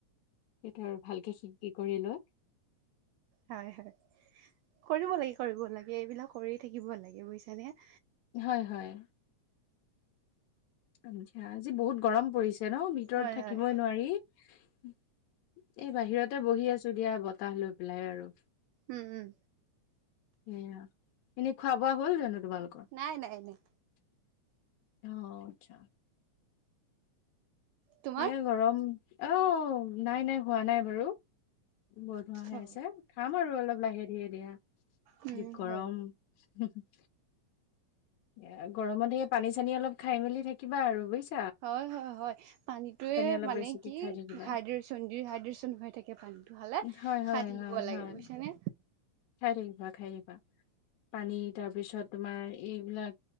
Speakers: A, on the left; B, on the right.
A: সেইটোৱে আৰু ভালকে শিকি কৰি লৈ
B: হয় হয় কৰিব লাগি- কৰিব লাগে এইবিলাক কৰি থাকিব লাগে বুজিছানে।
A: হয় হয়। আঞ্জি আজি বহুত গৰম পৰিছে ন ভিতৰত
B: হয়
A: থাকিবই
B: হয়
A: নোৱাৰি। উম এই বাহিৰতে বহি আছো দিয়া বতাহ লৈ পেলাই আৰু।
B: উম উম।
A: সেয়া এনেই খোৱা-বোৱা হ'ল জানো তোমালোকৰ?
B: নাই নাই নাই
A: অ আত্চ্ছা।
B: তোমাৰ
A: এয়া গৰম আহ নাই নাই হোৱা নাই বাৰু। বৰ ধোৱা হৈ
B: অ
A: আছে খাম আৰু অলপ লাহে ধীৰে দিয়া।
B: উম
A: যি গৰম
B: হয়
A: হু হু। এয়া গৰমতে সেয়া পানী-চানী অলপ খাই মেলি থাকিবা আৰু বুৰিছ
B: হয় হয় হয় পানীটোয়ে
A: অলপ
B: মানে
A: বেছিকে
B: কি
A: খাই থাকিবা
B: হাইড্ৰেচন ডি-হাইড্ৰচন হৈ থাকে পান- দিনটো হ'লে
A: হয়
B: খাই
A: হয়
B: থাকিব
A: হয়
B: লাগে
A: হয়
B: বুজিছা নে?
A: খাই থাকিবা খাই থাকিবা। পানী তাৰপিছত তোমাৰ এইবিলাক